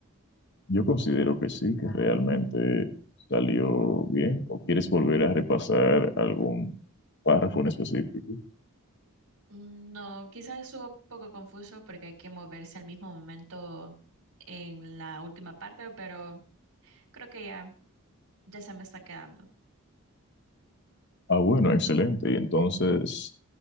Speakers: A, on the left; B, on the right.
A: Yo considero que sí, que realmente salió bien. ¿O quieres volver a repasar algún párrafo en específico?
B: Mm, No, quizás estuvo un poco confuso porque hay que moverse al mismo momento en la última parte, pero creo que ya Ya se me está quedando.
A: Ah, bueno, excelente. Y entonces,